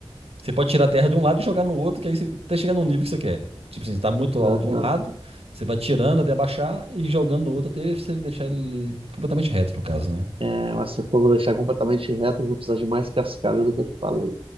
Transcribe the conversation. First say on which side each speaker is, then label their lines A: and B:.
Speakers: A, on the right; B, on the right.
A: Você pode tirar a terra de um lado e jogar no outro, que aí você até chegar num nível que você quer. Tipo assim, você tá muito
B: aham.
A: alto de um lado, você vai tirando até abaixar e jogando no outro até você deixar ele completamente reto, no caso, né?
B: É, mas se eu for deixar completamente reto, eu vou precisar de mais cascalho do que eu te falei.